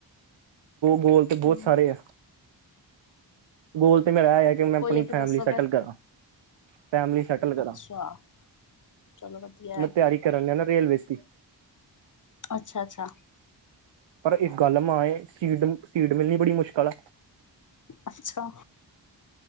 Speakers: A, on the right; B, on the left.
A: ਗੋਲ ਤਾਂ ਬਹੁਤ
B: ਹੂੰ,
A: ਸਾਰੇ ਆ। ਗੋਲ ਤੇ ਮੇਰਾ <inaudible> ਫੇਰ ਮੈਂ
B: ਕੋਈ
A: ਆਪਣੀ
B: ਇੱਕ
A: ਫੈਮਲੀ
B: ਦੱਸੋ
A: ਸੈਟਲ
B: ਫਿਰ?
A: ਕਰਾਂ, ਫੈਮਲੀ ਸੈਟਲ
B: ਅੱਛਾ,
A: ਕਰਾਂ।
B: ਚਲੋ ਵਦੀਆ।
A: ਮੈ ਤੇਆਰੀ ਕਰਨ ਨਾ ਨਾ ਰੇਲਵੇਸ ਦੀ।
B: ਅੱਛਾ, ਅੱਛਾ।
A: ਪਰ ਇੱਕ ਗੱਲ ਮਾ ਏ ਸੀਟ, ਸੀਟ ਮਿਲਨੀ ਬੜੀ ਮੁਸ਼ਕਲ ਆ।
B: ਅੱਛਾ।